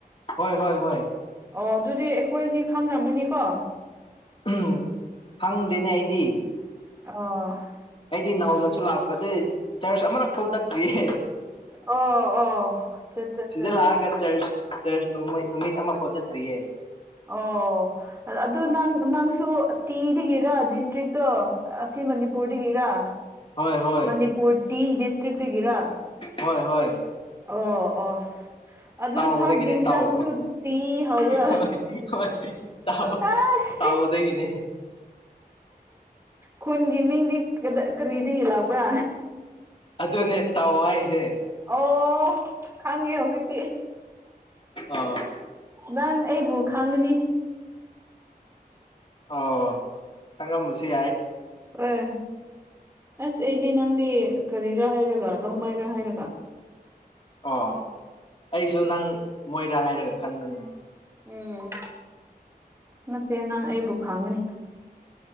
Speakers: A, on the left (about 35°); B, on the right (about 15°).
A: ꯍꯣꯏ ꯍꯣꯏ ꯍꯣꯏ
B: ꯑꯣ ꯑꯗꯨꯗꯤ ꯑꯩꯈꯣꯏ ꯑꯅꯤ ꯈꯪꯔꯝꯒꯅꯤꯀꯣ
A: ꯎꯝ ꯈꯪꯗꯦꯅꯦ ꯑꯩꯗꯤ
B: ꯑꯣ
A: ꯑꯩꯗꯤ ꯅꯧꯅꯁꯨ ꯂꯥꯛꯄꯅꯦ ꯆꯔꯁ ꯑꯃꯔꯛ ꯐꯥꯎ ꯆꯠꯇ꯭ꯔꯤꯌꯦ
B: ꯑꯣ ꯑꯣ ꯆꯠ ꯆꯠ
A: ꯁꯤꯗ
B: ꯆꯥ
A: ꯂꯥꯛꯑꯒ ꯆꯔꯁ ꯆꯔꯁ ꯅꯣꯡꯃꯩ ꯅꯨꯃꯤꯠ ꯑꯃꯐꯥꯎ ꯆꯠꯇ꯭ꯔꯤꯌꯦ
B: ꯑꯣ ꯑꯗꯨ ꯅꯪ ꯅꯪꯁꯨ ꯇꯤꯗꯒꯤꯔ ꯗꯤꯁꯇ꯭ꯔꯤꯛꯇꯣ ꯑꯁ ꯃꯅꯤꯄꯨꯔꯗꯒꯤꯔꯥ
A: ꯍꯣꯏ ꯍꯣꯏ
B: ꯃꯅꯤꯄꯨꯔ ꯇꯤ ꯗꯤꯁꯇ꯭ꯔꯤꯛꯗꯒꯤꯔꯥ
A: ꯍꯣꯏ ꯍꯣꯏ
B: ꯑꯣ ꯑꯣ ꯑꯗꯨ
A: ꯇꯥꯎꯗꯒꯤꯅꯦ
B: ꯁꯕ ꯗꯤꯕꯤꯖꯟꯁꯨ
A: ꯇꯥꯎ
B: ꯇꯤ ꯍꯧꯔ
A: ꯍꯣꯏ ꯍꯣꯏ ꯇꯥꯎ
B: ꯑꯁ
A: ꯇꯥꯎꯗꯒꯤꯅꯦ
B: ꯈꯨꯟꯒꯤ ꯃꯤꯡꯗꯤ ꯀꯔꯤꯗꯒꯤ ꯂꯥꯛꯄ꯭ꯔꯥ
A: ꯑꯗꯨꯅꯦ ꯇꯥꯎ ꯍꯥꯏꯁꯦ
B: ꯑꯣ ꯈꯪꯉꯦ ꯍꯧꯖꯤꯛꯇꯤ
A: ꯑꯣ
B: ꯅꯪ ꯑꯩꯕꯨ ꯈꯪꯉꯅꯤ
A: ꯑꯣ ꯈꯪꯉꯝꯕꯁꯨ ꯌꯥꯏ
B: ꯍꯣꯏ ꯑꯁ ꯑꯩꯗꯤ ꯅꯪꯗꯤ ꯀꯔꯤꯔꯥ ꯍꯥꯏꯔꯒ ꯔꯣꯡꯃꯩꯏꯔ ꯍꯥꯏꯔꯒ
A: ꯑꯣ ꯑꯩꯁꯨ ꯅꯪ ꯃꯣꯏꯔꯥ ꯍꯥꯏꯔꯒ ꯈꯟꯕꯅꯤꯅꯦ
B: ꯎꯝ ꯅꯠꯇꯦ ꯅꯪ ꯑꯩꯕꯨ ꯈꯪꯒꯅꯤ